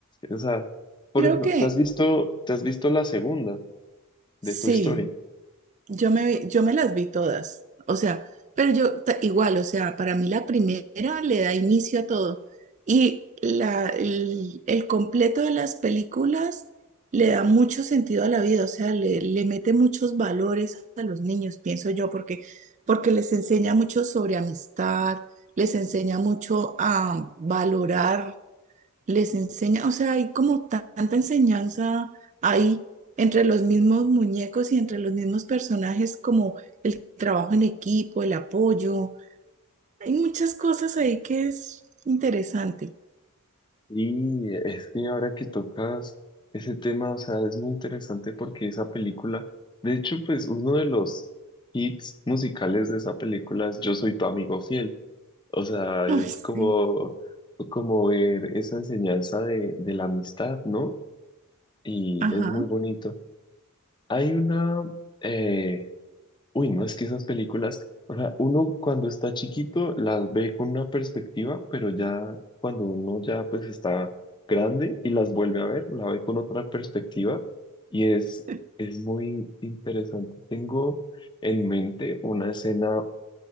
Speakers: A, on the left; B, on the right.
A: o sea, por
B: Creo
A: ejemplo,
B: que
A: ¿te has visto, te has visto la segunda
B: sí.
A: de tu historia?
B: Yo me, vi- yo me las vi todas, o sea, pero yo ta- igual, o sea, para mí la primera le da inicio a todo y la, el, el completo de las películas le da mucho sentido a la vida, o sea, le, le mete muchos valores a los niños, pienso yo, porque, porque les enseña mucho sobre amistad, les enseña mucho a valorar les enseña, o sea, hay como ta- tanta enseñanza ahí entre los mismos muñecos y entre los mismos personajes, como el trabajo en equipo, el apoyo. Hay muchas cosas ahí que es interesante. <laughs>
A: Y es que ahora que tocas ese tema, o sea, es muy interesante porque esa película, de hecho, pues uno de los hits musicales de esa película es Yo soy tu amigo fiel. O sea,
B: Uy,
A: es
B: sí,
A: como, como ver esa enseñanza de, de la amistad, ¿no? Y
B: ajá.
A: es muy bonito. Hay una, eh, Uy, no, es que esas películas, o sea, uno cuando está chiquito las ve con una perspectiva, pero ya cuando uno ya pues está grande y las vuelve a ver, la ve con otra perspectiva y es,
B: <laughs>
A: es muy interesante. Tengo en mente una escena,